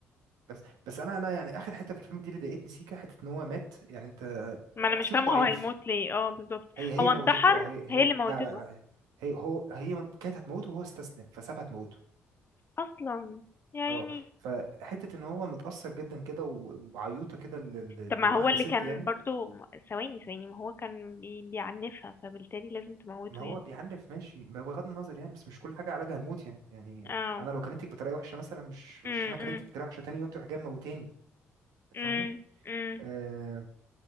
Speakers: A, on the right (about 70°); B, on the left (about 35°).
A: بس بس انا انا يعني اخر حته في الفيلم دي اللي ضايقتني سيكا حته ان هو مات يعني انت
B: ما انا
A: حسيته
B: مش فاهمه
A: ضعيف
B: هو هيموت ليه اه بالظبط
A: هي هي
B: هو
A: موتته
B: انتحر
A: اه هي هي
B: هي اللي موتته
A: لا لا لا هي هو هي كانت هتموته وهو استسلم فسابها تموته
B: اصلا يا عيني
A: اه فحته ان هو متاثر جدا كده و- وعيوطه كده ل- ل-
B: طب ما
A: لواحده
B: هو اللي
A: ست
B: كان
A: يعني
B: برضو ثواني ثواني ما هو كان بي... بيعنفها فبالتالي لازم تموته
A: ما هو
B: يعني
A: بيعنف ماشي ما بغض النظر يعني بس مش كل حاجه علاجها الموت يعني يعني
B: اه
A: انا لو كلمتك بطريقه وحشه مثلا مش
B: امم
A: مش انا كلمتك
B: امم
A: بطريقه وحشه تاني يوم تروح جاي موتاني فاهمه
B: امم امم
A: آه